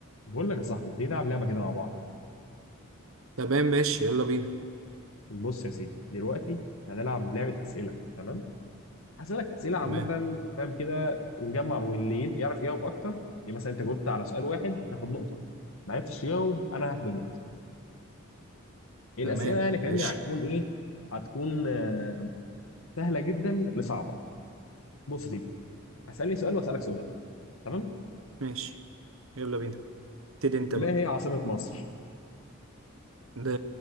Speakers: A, on the left; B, on the right.
A: بقول لك يا صاحبي ما تيجي نلعب لعبه كده مع بعض
B: تمام ماشي يلا بينا
A: بص يا سيدي دلوقتي هنلعب لعبه اسئله تمام هسألك اسئله عامه
B: تمام
A: فاهم كده ونجمع واللي يعرف يجاوب اكتر يعني مثلا انت جاوبت على سؤال واحد هتاخد نقطه ما عرفتش تجاوب انا هاخد النقطه الاسئله
B: تمام
A: يعني فاهمني
B: ماشي
A: هتكون ايه هتكون آه، سهله جدا لصعبه بص يا سيدي هسألني سؤال واسألك سؤال تمام
B: ماشي يلا بينا ابتدي انت
A: ما
B: بقى
A: هي عاصمه مصر
B: ده